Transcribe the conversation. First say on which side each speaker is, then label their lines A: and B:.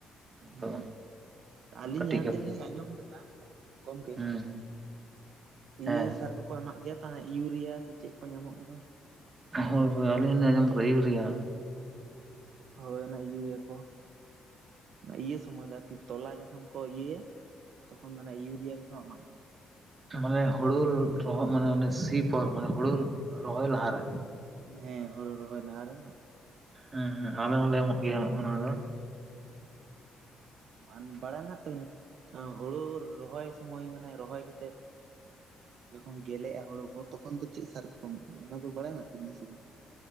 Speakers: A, on the right; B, on the right.
A: ᱦᱮᱸ
B: ᱛᱚ
A: ᱟᱹᱞᱤᱧ
B: ᱠᱟᱹᱴᱤᱡ
A: ᱡᱟᱦᱟᱸ ᱛᱤᱱᱟᱹᱜ ᱞᱤᱧ ᱟᱸᱡᱚᱢ ᱠᱟᱫᱟ ᱜᱚᱝᱠᱮ
B: ᱦᱩᱸ ᱦᱮᱸ
A: ᱤᱭᱟᱹ ᱥᱟᱨ ᱠᱚᱠᱚ ᱮᱢᱟᱜ ᱜᱮᱭᱟ ᱛᱟᱦᱮᱸ ᱤᱭᱩᱨᱤᱭᱟ ᱥᱮ ᱪᱮᱫ ᱠᱚ ᱧᱟᱢᱚᱜ ᱜᱮ ᱫᱚ ᱾
B: ᱦᱳᱭ ᱦᱳᱭ ᱟᱹᱞᱤᱧ ᱦᱚᱸᱞᱤᱧ ᱟᱸᱡᱚᱢ ᱠᱟᱫᱟ ᱤᱭᱩᱨᱤᱭᱟ ᱾
A: ᱦᱳᱭ ᱚᱱᱟ ᱤᱭᱩᱨᱤᱭᱟ ᱠᱚ, ᱚᱱᱟ ᱤᱭᱟᱹ ᱥᱚᱢᱚᱭ ᱫᱚ ᱟᱨᱠᱤ ᱛᱚᱞᱟ ᱡᱚᱠᱷᱚᱱ ᱠᱚ ᱤᱭᱟᱹᱭᱟ ᱛᱚᱠᱷᱚᱱ ᱫᱚ ᱚᱱᱟ ᱤᱭᱩᱨᱤᱭᱟ ᱜᱮᱠᱚ ᱮᱢᱟᱜ ᱜᱮᱭᱟ ᱾
B: ᱢᱟᱱᱮ ᱦᱩᱲᱩ ᱨᱚᱦᱚᱭ ᱢᱟᱱᱮ ᱚᱱᱮ ᱥᱤ ᱯᱚᱨ ᱢᱟᱱᱮ ᱦᱳᱲᱩ ᱨᱚᱦᱚᱭ ᱞᱟᱦᱟᱨᱮ
A: ᱦᱮᱸ ᱦᱩᱲᱩ ᱨᱚᱦᱚᱭ ᱞᱟᱦᱟᱨᱮ᱾
B: ᱦᱮᱸ ᱦᱮᱸ ᱟᱞᱮ ᱦᱚᱸᱞᱮ ᱮᱢᱚᱜ ᱜᱮᱭᱟ ᱚᱱᱟ ᱫᱚ ᱾
A: ᱟᱨ ᱵᱟᱲᱟᱭ ᱢᱮᱱᱟᱜ ᱛᱟᱵᱤᱱᱟ ᱦᱩᱲᱩ ᱨᱚᱦᱚᱭ ᱥᱚᱢᱚᱭ ᱢᱟᱱᱮ ᱨᱚᱦᱚᱭ ᱠᱟᱛᱮᱜ ᱡᱚᱠᱷᱚᱱ ᱜᱮᱞᱮᱜᱼᱟ ᱦᱳᱲ ᱠᱚ ᱛᱚᱠᱷᱚᱱ ᱫᱚ ᱪᱮᱫ ᱥᱟᱨ ᱠᱚ ᱮᱢᱚᱜ ᱜᱮᱭᱟ ᱚᱱᱟ ᱫᱚ ᱵᱟᱲᱟᱭ ᱢᱮᱱᱟᱜ ᱛᱟᱵᱤᱱᱟ ᱥᱮ ᱵᱟᱝ?